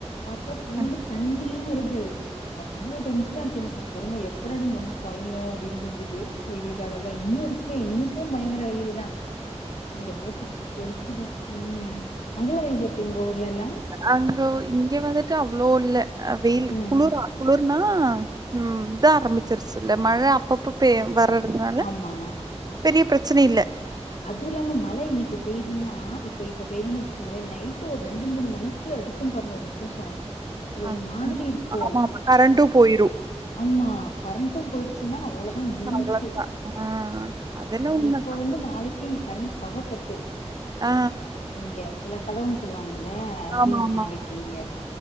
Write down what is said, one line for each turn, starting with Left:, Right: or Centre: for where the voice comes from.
Left: பாத்தா ஃபுல்லா
Right: ஆ
Left: தண்ணியா வருது அவ்ளோ டென்ஷனாஞ்ச்சி எனக்கு கருமோ எப்படா இத் முடிஞ்சு தொழயு அப்டின்றுதுது வெயில்கா லொ இன்னூ இருக்கு இன்னைக்கூ பயங்கர வெயில்தா இங்க போட்டு கொளுத்துது ம் அங்கலா வெயில் எப்டி உங்க ஊர்லலா
Right: அங்கோ இங்க வந்துட்டு அவ்ளோ இல்ல வெயில்
Left: ம்
Right: குளுர்ரா குளுர்னா ம் இத ஆரம்பிச்சிர்ச்சுல்ல மழ அப் அப்பப்ப பேயு வரதுனால
Left: ஆமா
Right: பெரிய ப்ரச்சன இல்ல
Left: அதுவு இல்லாம மழ இன்னிக்கு பேய்துன்னா இப்ப இப்ப பேய்துன் வச்சுக்கோங்களே நைட்டு ஒரு ரெண்டு மூணு மணி க்கி அடிக்கு பாருங்க ஒரு புசோ அது
Right: அஹ்
Left: ஒரு மாதிரி
Right: ஆமா
Left: இருக்கூ
Right: ஆமா கரண்டு போயிரு
Left: ஆமா கரண்ட்டூ போய்டுச்சுன்னா அவ்ளோதா முடிஞ்ச்சு
Right: அவ்ளோதா ஆ அதெல்லா
Left: ஆ
Right: உண்மதா
Left: இப்ப வந்து நாளைக் கி இங்க கரண்ட் பவர் கட்டு
Right: ஆ
Left: இங்க ஃபுல்லா ஸடௌன்ஸ் சொல்லுவாங்கல்ல அது
Right: ஆமா ஆமா
Left: நாளைக்கி இங்க